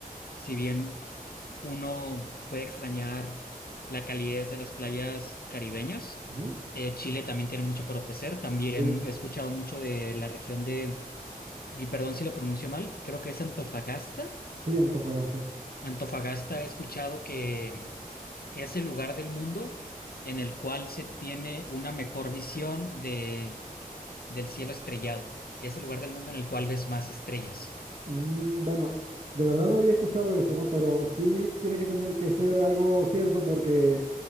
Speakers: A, on the left (about 80°); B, on the right (about 45°).
A: Si bien uno puede extrañar la calidez de las playas caribeñas,
B: Ujú.
A: eh, Chile también tiene mucho por ofrecer. También
B: Eh,
A: he escuchado mucho de la región de, y perdón si lo pronuncio mal, creo que es Antofagasta.
B: Sí, Antofagasta.
A: Antofagasta he escuchado que es el lugar del mundo en el cual se tiene una mejor visión de, del cielo estrellado. Es el lugar del mundo en el cual ves más estrellas.
B: Mm, bueno, de verdad no había escuchado eso, ¿no? Pero sí tiene que tener que ser algo cierto porque